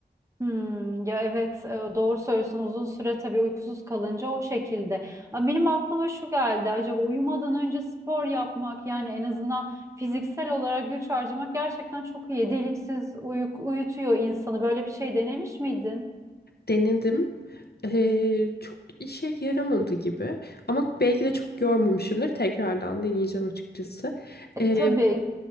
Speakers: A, on the right; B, on the left.
A: Hmm. Ya evet e, doğru söylüyorsun. Uzun süre tabii uykusuz kalınca o şekilde. Ha, Benim aklıma şu geldi. Acaba uyumadan önce spor yapmak yani en azından fiziksel olarak güç harcamak gerçekten çok iyi. Deliksiz uyuk, uyutuyor insanı. Böyle bir şey denemiş miydin?
B: Denedim. Ee, çok işe yaramadı gibi. Ama belki de çok yormamışımdır. Tekrardan deneyeceğim açıkçası. Ee,
A: E, tabii